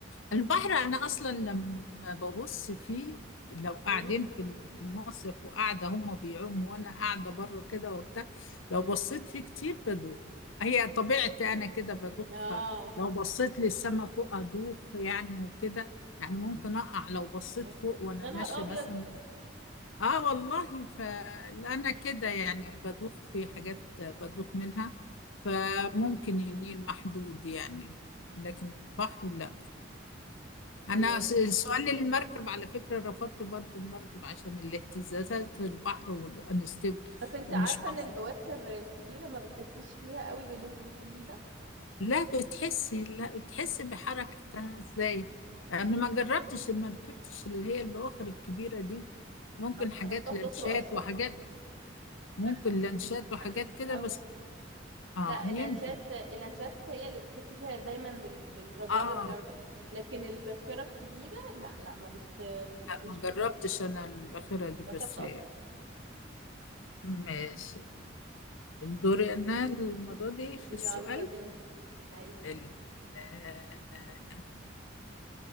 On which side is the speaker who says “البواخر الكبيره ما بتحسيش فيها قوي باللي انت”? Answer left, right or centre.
Right